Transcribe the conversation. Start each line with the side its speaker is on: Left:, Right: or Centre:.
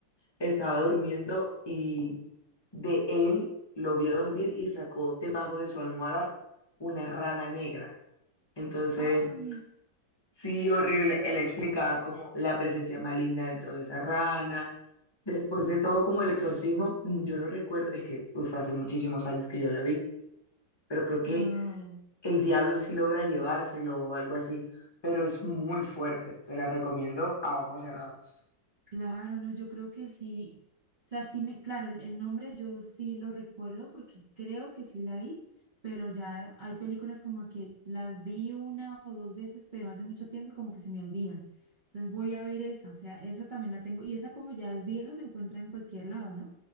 Left: estaba durmiendo y de él lo vio dormir y sacó debajo de su almohada una rana negra. Entonces,
Right: Ay, sí.
Left: Sí, horrible. Él explicaba como la presencia maligna dentro de esa rana. Después de todo, como el exorcismo, mm, yo no recuerdo, es que uf, hace muchísimos años que yo la vi, pero creo que
Right: no.
Left: el diablo sí logra llevárselo o algo así, pero es muy fuerte. Te la recomiendo a ojos cerrados.
Right: Claro, no, yo creo que sí. O sea, sí me, claro, el el nombre yo sí lo recuerdo porque creo que sí la vi, pero ya hay películas como que las vi una o dos veces, pero hace mucho tiempo y como que se me olvidan. Entonces voy a ver esa, o sea, esa también la tengo. Y esa como ya es vieja, se encuentra en cualquier lado, ¿no?